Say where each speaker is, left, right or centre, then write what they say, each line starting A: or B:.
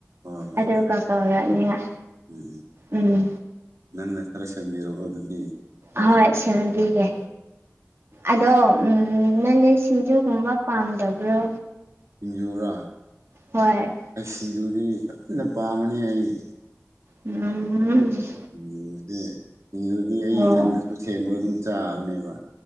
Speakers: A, on the right (about 80°); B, on the right (about 55°).
A: ꯍꯣꯏ ꯍꯣꯏ
B: ꯑꯗꯣ
A: ꯍꯣꯏ
B: ꯀꯥꯀꯥ ꯑꯣꯏꯒꯉ
A: ꯎꯝ
B: ꯎꯝ
A: ꯅꯪꯅ ꯈꯔ ꯁꯦꯝꯕꯤꯔꯒ ꯑꯗꯨꯗꯤ
B: ꯍꯣꯏ ꯁꯤꯅꯕꯤꯒꯦ ꯑꯗꯣ ꯅꯪ ꯁꯤꯡꯖꯨꯒꯨꯝꯕ ꯄꯥꯝꯗꯕ꯭ꯔꯣ
A: ꯁꯤꯡꯖꯨꯔꯥ
B: ꯍꯣꯏ
A: ꯑꯩꯁ ꯁꯤꯡꯖꯨꯗꯤ ꯐꯖꯅ ꯄꯥꯝꯕꯅꯤ ꯑꯩ
B: ꯎꯝ
A: ꯁꯤꯡꯖꯨꯁꯦ ꯁꯤꯡꯖꯨꯗꯤ ꯑꯩ
B: ꯑꯣ
A: ꯏꯊꯟꯗꯁꯨ ꯁꯦꯝꯃꯒ ꯑꯗꯨꯝ ꯆꯥꯕꯅꯦꯕ